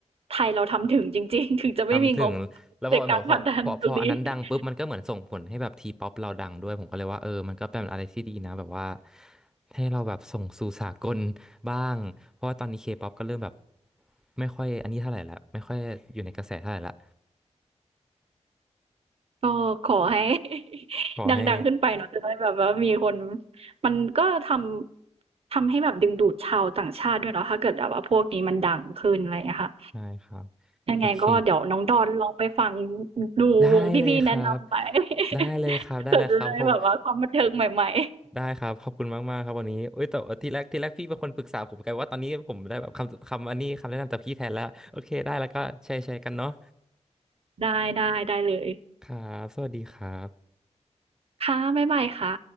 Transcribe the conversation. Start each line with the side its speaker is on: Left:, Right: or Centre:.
Right: ไทยเราทำถึงจริงๆ <laughs> ถึงจะไม่มีงบ
Centre: ทำถึงแล้วพอแบบพอพอพออันนั้นดังปุ๊บมันก็เหมือนส่งผลให้แบบทีป๊อปเราดังด้วยผมก็เลยว่าเออมันก็เป็นอะไรที่ดีนะแบบว่า
Right: ในการผลักดันตรงนี้ <laughs>
Centre: ให้เราแบบส่งสู่สากลบ้างเพราะว่าตอนนี้เคป๊อปก็เริ่มแบบไม่ค่อยอันนี้เท่าไหร่ละไม่ค่อยอยู่ในกระแสเท่าไหร่ละ
Right: ก็ขอให้ <laughs>
Centre: ขอให้
Right: ดังๆขึ้นไปเนาะจะได้แบบว่ามีคนมันก็ทำทำให้แบบดึงดูดชาวต่างชาติด้วยเนาะถ้าเกิดแบบว่าพวกนี้มันดังขึ้นอะไรอย่างเงี้ยค่ะ
Centre: ใช่ครับ
Right: ยังไงก็เดี๋ยวน้องดอนลองไปฟัง
Centre: โอเค
Right: ดูวงที่พี่แนะนำไป
Centre: ได้เลยครับ ได้เลยครับ
Right: <laughs>
Centre: ได้เลยครับเขา
Right: เผื่อจะได้แบบว่าความบันเทิงใหม่
Centre: ได้ครับขอบคุณมากมากครับวันนี้เอ้ยแต่ที่แรกที่แรกพี่เป็นคนปรึกษาผมกันว่าตอนนี้ผมได้แบบคำคำอันนี้คำแนะนำจากพี่แทนแล้วโอเคได้แล้วก็แชร์แชร์กันเนาะ
Right: ๆได้ได้ได้เลย
Centre: ครับสวัสดีครับ
Right: ค่ะบ๊ายบายค่ะ